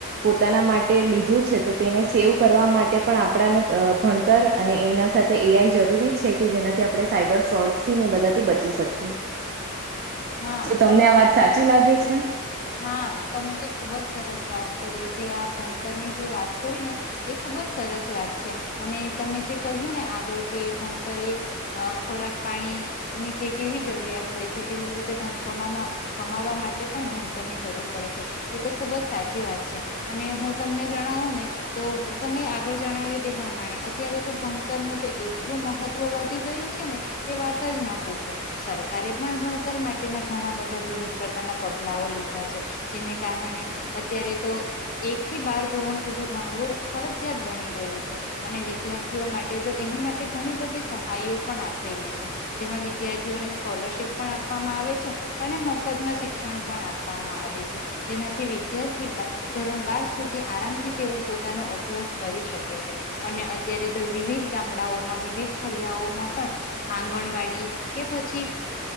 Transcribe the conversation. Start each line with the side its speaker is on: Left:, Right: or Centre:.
Right: પોતાના માટે લીધું છે, તો તેને સેવ કરવા માટે પણ આપણાને અ ભણતર અને એના સાથે એઆઈ જરૂરી છે, કે જેનાથી આ પડે સાયબર ફ્રોડથીને બધાથી બચી શકીએ
Left: હા
Right: શુ તમને
Left: તમે
Right: આ વાત સાચી લાગે છે?
Left: હા તમે તો ખુબ જ સરસ વાત કરી જે આ ભણતરની જે વાત કરી ને એ ખૂબ જ સરસ વાત છે, અને તમે જે કહ્યું ને આગળ કે ભણતર એ અ ખોરાક પાણીની જે કેવી જરૂરિયાત હોય છે, તેવી જ રીતે ધન કમામા કમાવા માટે પણ ભણતરની જરૂર પડે છે. એ તો ખુબ જ સાચી વાત છે, અને હું તમને જણાવું ને તો તમે આગળ જણાવ્યું તે પ્રમાણે અત્યારે તો ભણતરનું તો એટલું મહ ત્વ વધી ગયું છે, ને કે વાત જ ન પૂછો સરકારે પણ ભણતર માટેના ઘણા બધા વિવિધ પ્રકારના પગલાઓ લી ધા છે, જેને કારણે અત્યારે તો એક થી બાર ધોરણ સુધી ભણવું ફરજિયાત બની ગયું છે. અને વિદ્યાર્થીઓ માટે તો એની માટે ઘણી બધી સહાયો પણ આપેલી છે. જેમાં વિદ્યાર્થીઓને સ્કોલરશીપ પણ આપવામાં આવે છે, અને મફતમાં શિક્ષણ પણ આ પામાં આવી છે, જેનાથી વિદ્યાર્થી બા ધોરણ બાર સુધી આરામથી તેઓ પોતાનો અભ્યાસ કરી શકે છે. અને અત્યારે તો વિવિધ ગામડાઓમાં વિવિધ ફળિયાઓમાં પણ આંગણવાડી કે પછી